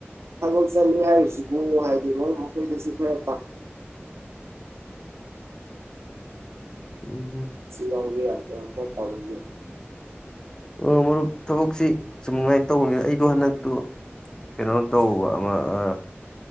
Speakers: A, on the right; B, on the left.
A: ꯐꯒꯜ ꯆ ꯍꯥꯏꯖꯤꯒꯨ ꯃ ꯍꯥꯏꯗꯤ ꯃ ꯃꯈꯣꯏꯁꯤ <unintelligible> ꯒꯌꯥ <unintelligible>
B: ꯎꯝ
A: ꯋꯥ ꯌꯥ ꯇꯥ <unintelligible>
B: ꯑꯣ ꯃꯔꯨꯞ ꯊꯕꯛꯁꯤ ꯁꯨꯝ ꯉꯥꯏꯅ ꯇꯧꯕꯅꯤꯅ ꯑꯩꯗꯣ ꯍꯟꯗꯛꯇꯨ ꯀꯩꯅꯣ ꯇꯧꯕ ꯑꯃ ꯑ